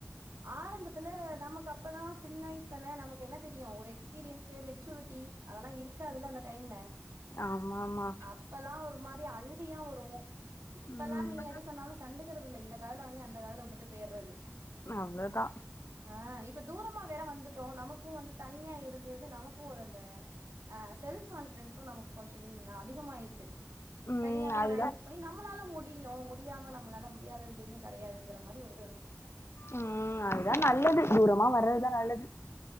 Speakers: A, on the right (about 75°); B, on the left (about 60°).
A: ஆரம்பத்துல நமக்கு அப்பதா சின்ன வயசு தானே நமக்கு என்ன தெரியு ஒரு எக்ஸ்பீரியன்ஸு மெச்சூரிட்டி அதெல்லா இருக்காதுல்ல அந்த டைம்ல
B: ஆமாம்மா
A: அப்பலா ஒரு மாரி அழுகையா வரு இப்பலா
B: ம்
A: நீ எது சொன்னாலு கண்டுக்குறதில்ல இந்த காதுல வாங்கி அந்த காதுல விட்டுட்டு போயிட்றது
B: அவளோதா
A: ஆ இப்ப தூரமா வேற வந்துட்டோ நமக்கு வந்து தனியா இருந்திருந்து நமக்கு ஒரு அந்த அ செல்ஃப் கான்ஃபிடன்ஸு நமக்கு கொஞ்ச இன் அதிகமாயிட்டு
B: ம்
A: தனியாவே
B: அதுதா
A: மேனேஜ் பண்ணி நம் நம்மளால முடியு முடியாம நம்மளால முடியாததெது கெடையாதுங்கிற மாரி ஒரு இது வந்துட்டு
B: ம் அ அதுதா நல்லது தூரமா வர்றதுதா நல்லது